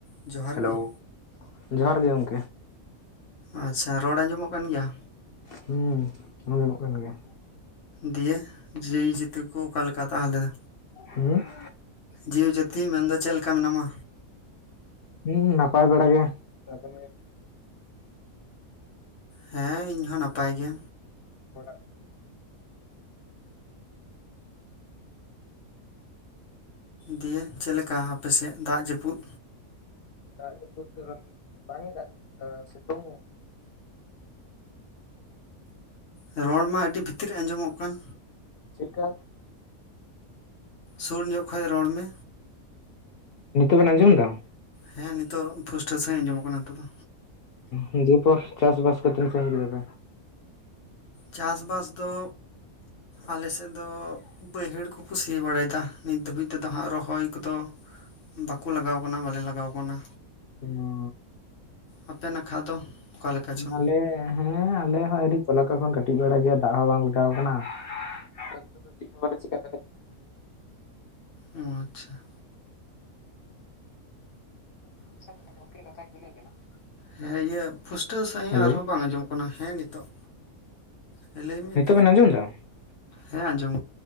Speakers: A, on the left; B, on the left.
A: ᱡᱚᱦᱟᱨ
B: ᱦᱮᱞᱳ
A: ᱜᱮ
B: ᱡᱚᱦᱟᱨ ᱜᱮ ᱜᱚᱝ
A: ᱟᱪᱪᱷᱟ ᱨᱚᱲ ᱟᱸᱡᱚᱢᱚᱜ ᱠᱟᱱ ᱜᱮᱭᱟ?
B: ᱦᱩᱸ ᱟᱸᱡᱚᱢᱚᱜ ᱠᱟᱱ ᱜᱮᱭᱟ
A: ᱫᱤᱭᱮ ᱡᱤᱭᱮ. ᱡᱤᱛᱩ ᱠᱚ ᱚᱠᱟ ᱞᱮᱠᱟ ᱛᱟᱦᱞᱮ?
B: ᱦᱩ <inaudible>
A: ᱡᱤᱣᱤ ᱡᱟᱹᱛᱤ ᱢᱮᱱᱫᱚ ᱪᱮᱫ ᱞᱮᱠᱟ ᱢᱮᱱᱟᱢᱟ?
B: ᱦᱩᱸ ᱱᱟᱯᱟᱭ ᱵᱟᱲᱟ ᱜᱮ ᱜᱮ
A: ᱦᱮᱸ ᱤᱧ ᱦᱚᱸ ᱱᱟᱯᱟᱭ ᱜᱮ
B: ᱚᱲᱟᱜ
A: ᱫᱤᱭᱮ ᱪᱮᱫᱞᱮᱠᱟ ᱦᱟᱯᱮ ᱥᱮᱫ ᱫᱟᱜ ᱡᱟᱹᱯᱩᱫ?
B: ᱫᱟᱜ ᱡᱟᱹᱯᱩᱫ ᱫᱚ ᱵᱟᱝ ᱮ ᱫᱟᱜ ᱡᱟᱹᱯᱩᱫ ᱫᱟ ᱥᱤᱛᱩᱝ
A: ᱚ ᱨᱚᱲ ᱢᱟ ᱟᱹᱰᱤ ᱵᱷᱤᱛᱤᱨ ᱨᱮ ᱟᱸᱡᱚᱢᱚᱜ ᱠᱟᱱ
B: ᱪᱮᱠᱟ
A: ᱥᱩᱨ ᱧᱚᱜ ᱠᱷᱚᱭ ᱨᱚᱲ ᱢᱮ
B: ᱱᱤᱛᱚᱜ ᱵᱮᱱ ᱟᱸᱡᱚᱢ ᱫᱟ
A: ᱦᱮᱸ ᱱᱤᱛᱚᱜ ᱯᱷᱩᱥᱴᱟᱹ ᱥᱟᱺᱦᱤᱡ ᱟᱸᱡᱚᱢᱚᱜ ᱠᱟᱱᱟ ᱱᱤᱛᱚᱜ ᱫᱚ
B: ᱩᱸ ᱫᱤᱭᱮ ᱯᱚᱨ ᱪᱟᱥ ᱵᱟᱥ ᱠᱚ ᱛᱤᱱ ᱥᱟᱺᱜᱤᱧ ᱠᱮᱫᱟ ᱯᱮ
A: ᱪᱟᱥ ᱵᱟᱥ ᱫᱚ ᱟᱞᱮᱥᱮᱫ ᱫᱚ ᱵᱟᱹᱭᱦᱟᱹᱲ ᱠᱩᱠᱩ ᱥᱤ ᱵᱟᱲᱟᱭ ᱫᱟ ᱱᱤᱛ ᱫᱷᱟᱹᱵᱤᱡ ᱛᱮᱫᱚ ᱦᱟᱸᱜ ᱨᱚᱦᱚᱭ ᱠᱚᱫᱚ ᱵᱟᱠᱩ ᱞᱟᱜᱟᱣ ᱠᱟᱱᱟ ᱵᱟᱞᱮ ᱞᱟᱜᱟᱣ ᱠᱟᱱᱟ
B: <inaudible>
A: ᱟᱯᱮ ᱱᱟᱠᱷᱟ ᱫᱚ ᱚᱠᱟᱞᱮᱠᱟ ᱪᱚ
B: ᱟᱞᱮ ᱦᱮᱸ ᱟᱞᱮ ᱦᱚᱸ ᱟᱹᱣᱨᱤ ᱛᱚᱞᱟ ᱠᱚ ᱵᱟᱱ ᱠᱟᱹ ᱠᱟᱹᱴᱤᱡ ᱵᱟᱲᱟ ᱜᱮᱭᱟ ᱫᱟᱜ ᱦᱚᱸ ᱵᱟᱝ ᱞᱟᱜᱟᱣ ᱠᱟᱱᱟ <unintelligible> ᱪᱤᱫ ᱦᱚᱸ ᱵᱟᱞᱮ ᱪᱤᱠᱟ ᱫᱟᱲᱮ
A: ᱚ ᱟᱪᱪᱷᱟ ᱟᱪᱪᱷᱟ ᱜᱚᱝᱠᱮ ᱠᱟᱛᱷᱟᱧ ᱠᱩᱞᱤ ᱵᱮᱱᱟ ᱦᱮᱸ ᱤᱭᱟᱹ ᱯᱩᱥᱴᱟᱹᱣ ᱥᱟᱺᱦᱤᱡ
B: ᱦᱮᱞᱳ
A: ᱟᱨᱦᱚᱸ ᱵᱟᱝ ᱟᱸᱡᱚᱢᱚᱜ ᱦᱮᱸ ᱱᱤᱛᱚᱜ ᱦᱮᱸ ᱞᱟᱹᱭᱢᱮ ᱱᱤᱛᱚᱜ
B: ᱵᱮᱱ ᱟᱸᱡᱚᱢ ᱮᱫᱟ
A: ᱦᱮᱸ ᱟᱸᱡᱚᱢ